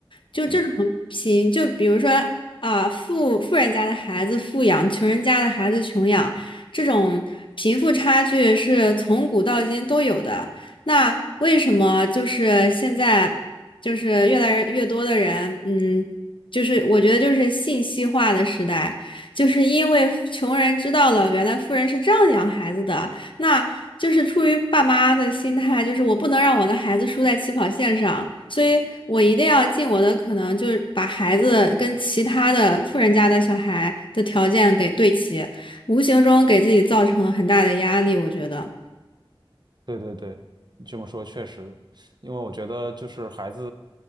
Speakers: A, on the left; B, on the right.
A: 就这种贫，
B: 嗯
A: 就比如说啊，富富人家的孩子富养，穷人家的孩子穷养，这种贫富差距是从古到今都有的。那为什么就是现在就是越来越多的人，嗯，就是我觉得就是信息化的时代，就是因为穷人知道了原来富人是这样养孩子的。那就是出于爸妈的心态，就是我不能让我的孩子输在起跑线上，所以我一定要尽我的可能，就是把孩子跟其他的富人家的小孩的条件给对齐，无形中给自己造成了很大的压力，我觉得
B: 对对对，这么说确实，因为我觉得就是孩子，